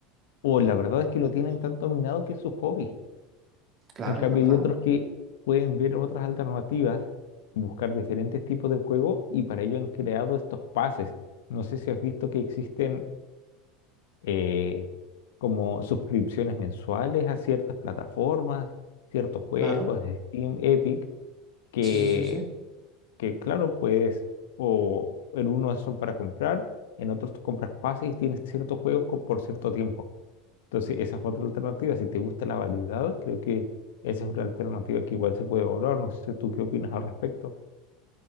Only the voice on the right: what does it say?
Claro,
es verdad.
Claro.
Sí, sí, sí, sí.